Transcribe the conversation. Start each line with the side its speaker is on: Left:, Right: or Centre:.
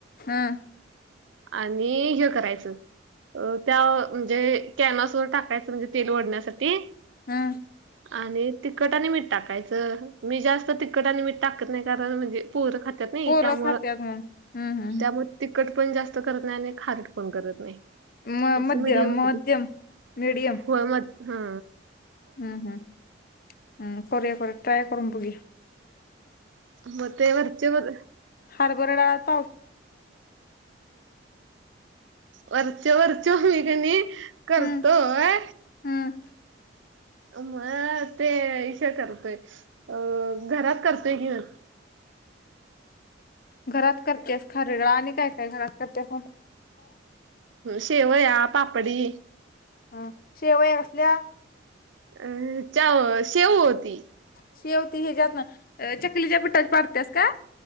Left: हम्
Right: आणि हे करायचं. अ त्या म्हणजे कॅनसवर टाकायचं, म्हणजे तेल ओढण्यासाठी.
Left: हम्
Right: आणि तिखट आणि मिठ टाकायचं, मी जास्त तिखट आणि मिठ टाकत नाही, कारण म्हणजे पोरं खातात नाही
Left: पोरं
Right: त्यामुळ,
Left: खात्यात म्हणून हम्म हम्
Right: त्यामु तिखट पण जास्त करत नाही, आणि खारट पण करत नाही.
Left: म
Right: असे
Left: मध्यम
Right: मीडियम
Left: मध्यम
Right: मधी,
Left: मीडियम
Right: होय म ह.
Left: हम्म हम्म हम्म करुया करुया, ट्राय करुन बघी
Right: म ते वरचे वर,
Left: हारबरा डाळत
Right: वरचे वरचे मी कणी, करतोय.
Left: हम्म हम्म
Right: म ते ईशे करतोय, अ घरात करतोय कि म.
Left: घरात करतेस खार डाळ, आणि काय काय घरात करतेस.
Right: शेवया, पापडी.
Left: ह शेवया असल्या
Right: अ च्या शेऊ होती.
Left: शेव ती हेच्यातन, चकलीच्या पिठात पाडतेस का?